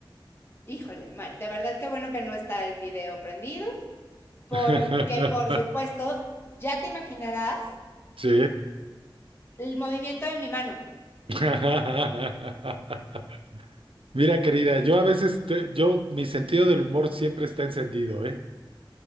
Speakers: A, on the left; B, on the right.
A: Híjole, mal. De verdad que bueno que no está el video prendido, porque
B: <laughs>
A: por supuesto, ya te imaginarás
B: Sí.
A: el movimiento de mi mano.
B: <laughs> Mira, querida, yo a veces, te- yo, mi sentido del humor siempre está encendido, ¿eh?